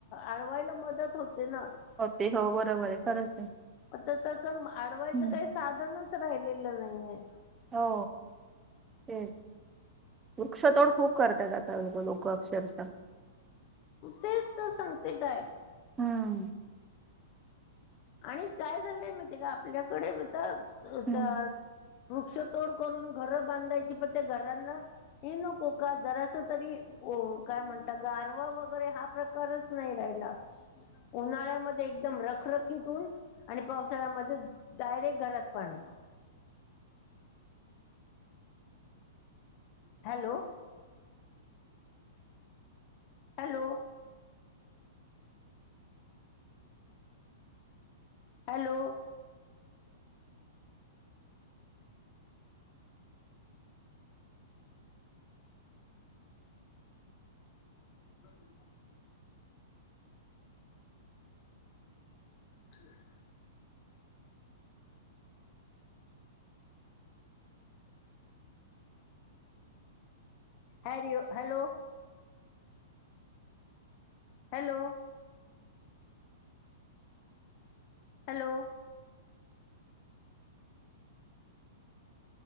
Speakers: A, on the left; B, on the right.
A: आडवायला मदत होते ना.
B: होते हो बरोबर आहे. खरंच.
A: आता तसं अडवायचं
B: हम्म
A: काही साधनच राहिलेलं नाहीये.
B: हो तेच. वृक्षतोड खूप करतात आता लोकं अक्षरशः.
A: तेच तर सांगते काय.
B: हम्म
A: आणि काय झाललंय माई ते का आपल्याकडे तर.
B: हम्म
A: वृक्षतोड करून घरं बांधायची, पण त्या घरांना हे नको का जरास तरी ओ काय म्हणता, गारवा वगैरे हा प्रकारच नाही राहिला. उन्हाळ्यामध्ये एकदम रखरख ऊन आणि पावसाळ्यामध्ये डायरेक्ट घरात पाणी. <inaudible> hello! <inaudible> Hello! हॅलो! <inaudible> <inaudible> Hello Hello! Hello! Hello!